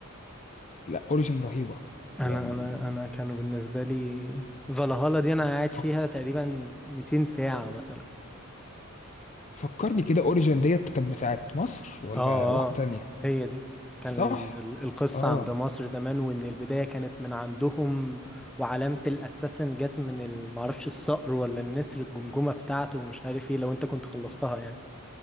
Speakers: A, on the left; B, in the centre.
A: لا اوريجن رهيبه
B: أنا
A: يعني
B: أنا أنا كانوا بالنسبة لي فالهالا دي أنا قاعد
A: فك...
B: فيها تقريبا 200 ساعة مثلا
A: فكرني كده اوريجن ديت كانت بتاعت مصر ولا
B: اه
A: واحده
B: اه
A: تانية
B: هي دي كان
A: صح
B: ال- ال- القصة
A: اه
B: عند مصر زمان وإن البداية كانت من عندهم وعلامة الأساسن جت من ال- معرفش الصقر ولا النسر الجمجمة بتاعته ومش عارف ايه لو انت كنت خلصتها يعني